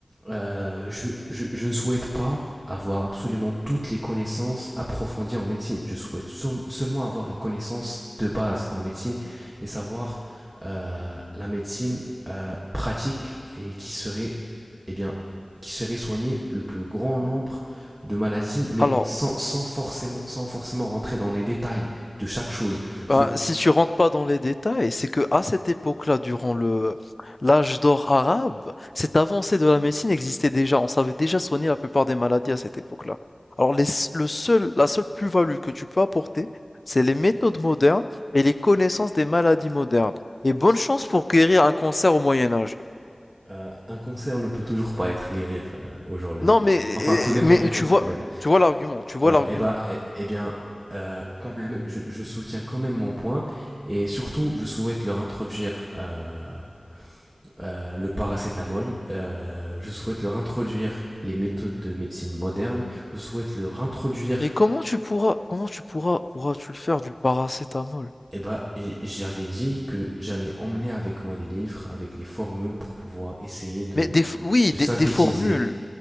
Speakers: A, on the right; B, on the left.
A: euh, je, je, je ne souhaite pas avoir absolument toutes les connaissances approfondies en médecine. Je souhaite som- seulement avoir les connaissances de base en médecine et savoir euh, la médecine euh, pratique et qui serait, eh bien, qui serait soigner le plus grand nombre de maladies, mais
B: Alors,
A: sans, sans forcément, sans forcément rentrer dans les détails de chaque chose.
B: Ben,
A: Je,
B: si tu rentres pas dans les détails, c'est que à cette époque-là, durant le l'âge d'or arabe, cette avancée de la médecine existait déjà. On savait déjà soigner la plupart des maladies à cette époque-là. Alors les s- le seul, la seule plus-value que tu peux apporter, c'est les méthodes modernes et les connaissances des maladies modernes. Et bonne chance pour guérir un cancer au Moyen Âge.
A: Euh, un cancer ne peut toujours pas être guéri euh, aujourd'hui.
B: Non, mais
A: Enfin, tout dépend
B: eh, mais
A: du cancer,
B: tu vois,
A: mais bon.
B: tu vois l'argument, tu vois
A: Ouais,
B: l'argument.
A: eh bah, eh, eh bien, euh, quand même, je, je soutiens quand même mon point et surtout, je souhaite leur introduire euh, euh, le paracétamol. euh, je souhaite leur introduire les méthodes de médecine moderne. Je souhaite leur introduire.
B: Mais comment tu pourras, comment tu pourras, pourras-tu le faire du paracétamol?
A: Eh bah, j- j'avais dit que j'allais emmener avec moi des livres, avec des formules pour pouvoir essayer de,
B: Mais des, f- oui,
A: de
B: des,
A: synthétiser,
B: des formules.